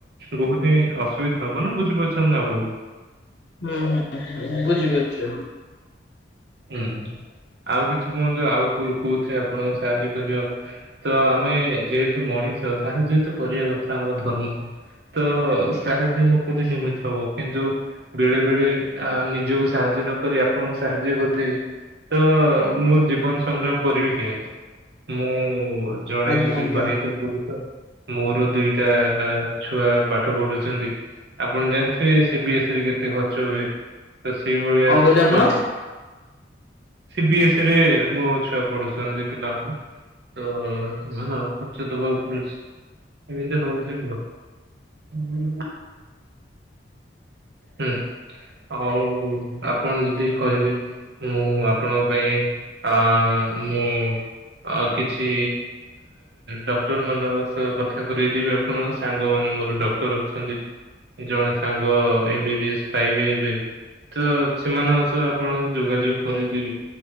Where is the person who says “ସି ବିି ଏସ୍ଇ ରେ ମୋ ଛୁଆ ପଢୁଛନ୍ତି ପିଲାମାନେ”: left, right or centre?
Right